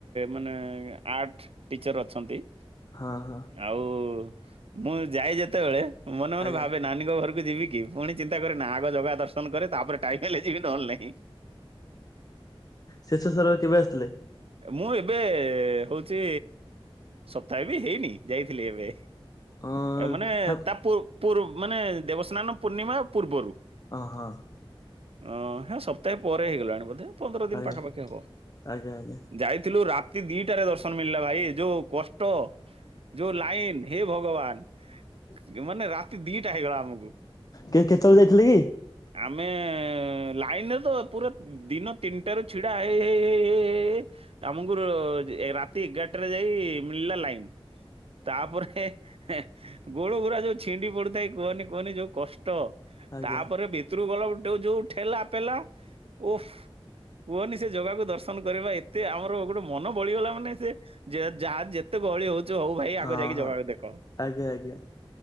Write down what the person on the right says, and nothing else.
ମାନେ ଆର୍ଟ ଟିଚର୍ ଅଛନ୍ତି।
ଆଉ ମୁଁ ଯାଇ ଯେତେବେଳେ ମନେ ମନେ
ଭାବେ। ନାନୀଙ୍କ ଘରକୁ ଯିବି କି ପୁଣି ଚିନ୍ତା କରେ ନା ଆଗ ଜଗା ଦର୍ଶ ନ କରେ ତାପରେ ଟାଇମ ହେଲେ ଯିବ ନହେଲେ ନାହିଁ।
ମୁଁ ଏବେ ହଉଚି ସପ୍ତାହେ ବି ହେଇନି ଯାଇଥିଲି ଏବେ।
ମାନେ
ତା ପୁ ପୂର ମାନେ ଦେବସ୍ନାନ ପୂର୍ଣ୍ଣିମା ପୂର୍ବରୁ।
ହଁ ହେରା ସପ୍ତାହେ ପରେ ହେଇଗଲାଣି ବୋଧେ। ପନ୍ଦର ଦିନ
ପାଖାପାଖି ହବ
ଯାଇଥିଲୁ ରାତି ଦିଟାରେ ଦର୍ଶନ ମିଳିଲା ଭାଇ ଏ ଯୋଉ କଷ୍ଟ ଯୋଉ ଲାଇନ। ହେ ଭଗବାନ ମାନେ ରାତି ଦିଟା ହେଇଗଲା ଆମକୁ।
ଆମେ। ଲାଇନରେ ତ ପୁରା ଦିନ ତିନିଟାରୁ ଛିଡା ହେଇ ହେଇ ହେଇ ହେଇ। ଆମକୁରୁ ଯେ ରାତି ଏଗାରଟାରେ ଯାଇ ମିଳିଲା ଲାଇନ ତାପରେ ହେଁ ଗୋଡ଼ ଗୁୁରା ଯୋଉ ଛିଣ୍ଡି ପଡ଼ୁଥାଏ କୁହନି କୁହନି ଯୋଉ କଷ୍ଟ
ତାପରେ ଭି ତୁରୁକୁ ଗଲା ବେଳୁ ଟୋଉ ଯୋଉ ଠେଲା ପେଲା ଓଫ୍ କୁହନି ସେ ଜାଗାକୁ ଦର୍ଶନ କରିବା ଏତେ ଆମର ଗୋଟେ ମନ ବଳିଗଲା ମାନେ ସେ ଯେ ଯାହା ଯେତେ ଗହଳି ହଉ ଚି ହୋଉ ଭାଇ
ଆଗ ଯାଇକି
ଜଗା କୁ ଦେଖ